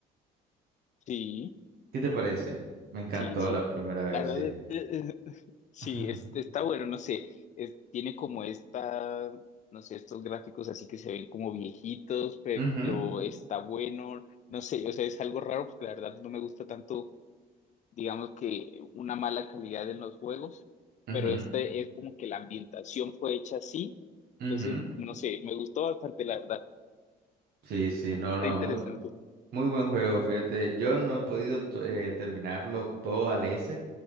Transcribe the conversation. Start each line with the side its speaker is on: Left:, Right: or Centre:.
Left: sí.
Right: ¿Qué te parece? Me encantó
Left: Sí, sí,
Right: la primera vez,
Left: la verdad,
Right: sí.
Left: <laughs> sí,
Right: <laughs>
Left: es- está bueno, no sé, es- tiene como esta, no sé, estos gráficos así que se ven como viejitos, pe-
Right: Ujú,
Left: pero está bueno, no sé, o sea, es algo raro porque la verdad no me gusta tanto, digamos que una mala calidad en los juegos,
Right: ujú,
Left: pero este es como que la ambientación fue hecha así,
Right: ujú.
Left: entonces, no sé, me gustó bastante, la verdad,
Right: Sí, sí, no,
Left: está
Right: no,
Left: interesante.
Right: muy Muy buen juego, fíjate. Yo no he podido to- eh, terminarlo todo al S.